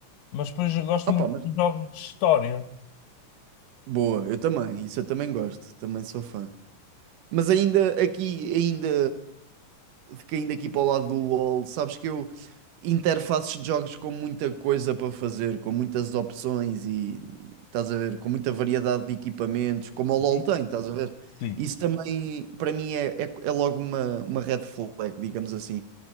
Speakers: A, on the left (about 80°); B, on the right (about 75°).
A: Mas depois eu gosto
B: Opa,
A: muito
B: mas
A: de jogos de história.
B: boa, eu também, isso eu também gosto, também sou fã. Mas ainda aqui, ainda caindo aqui para o lado do LOL, sabes que eu interfaces de jogos com muita coisa para fazer, com muitas opções e e estás a ver, com muita variedade de equipamentos, como o LOL
A: Uhum.
B: tem, estás a ver?
A: Sim,
B: Isso também, para mim, é, é, é logo uma, uma red flag, digamos assim.